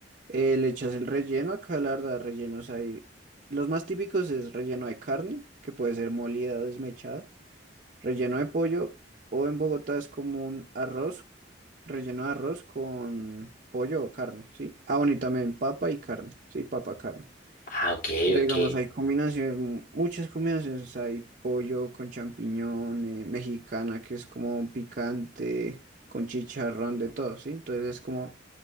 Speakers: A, on the right (about 50°); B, on the left (about 50°).
A: Eh, le echas el relleno, acá la verdad, rellenos hay. Los más típicos es relleno de carne, que puede ser molida o desmechada, relleno de pollo, o en Bogotá es como un arroz, relleno de arroz con pollo o carne, ¿sí? Ah, bueno, y también papa y carne, ¿sí? Papa, carne.
B: Ah, ok,
A: Pero
B: ok.
A: digamos, hay combinaciones, mu- muchas combinaciones. Hay pollo con champiñón, eh, mexicana, que es como un picante, con chicharrón, de todo, ¿sí? Entonces es como